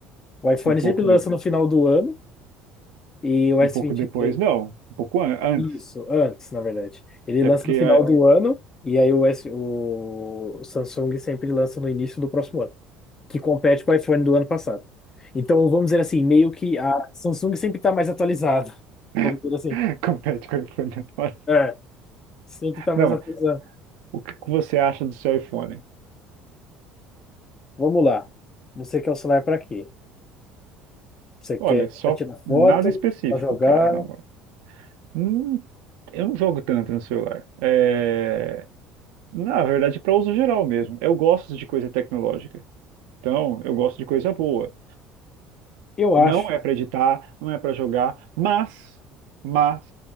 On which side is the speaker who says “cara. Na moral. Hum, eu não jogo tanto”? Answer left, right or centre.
Right